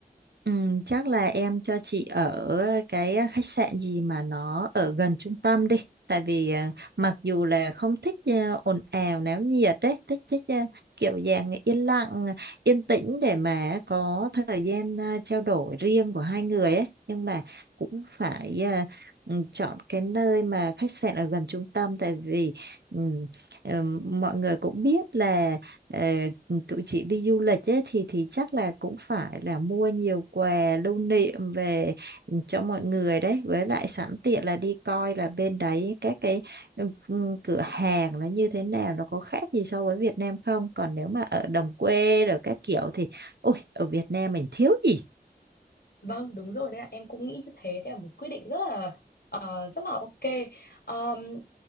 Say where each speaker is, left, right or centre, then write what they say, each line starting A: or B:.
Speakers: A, on the right; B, on the left.
A: Ừ, chắc là em cho chị ở cái khách sạn gì mà nó ở gần trung tâm đi. Tại vì à, mặc dù là không thích à, ồn ào náo nhiệt đấy, thích thích à, kiểu dạng yên lặng, yên tĩnh để mà có thời gian à, trao đổi riêng của hai người ấy. Nhưng mà cũng phải à, ừ, chọn cái nơi mà khách sạn ở gần trung tâm tại vì ừ, ừ, mọi người cũng biết là ờ, tụi chị đi du lịch ấy, thì thì chắc là cũng phải là mua nhiều quà lưu niệm về cho mọi người đấy với lại sẵn tiện là đi coi là bên đấy các cái ừ, ừ, cửa hàng nó như thế nào nó có khác gì so với Việt Nam không còn nếu mà ở đồng quê rồi các kiểu thì ôi ở Việt Nam mình thiếu gì
B: Vâng, đúng rồi đấy ạ. Em cũng nghĩ như thế. Đấy là một quyết định rất là ờ, rất là ok. Ờm,